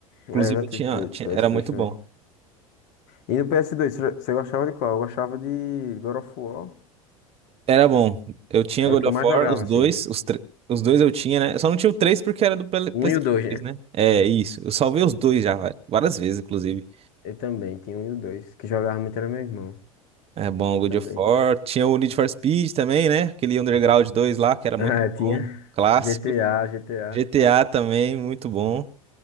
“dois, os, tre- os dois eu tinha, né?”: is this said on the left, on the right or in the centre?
Right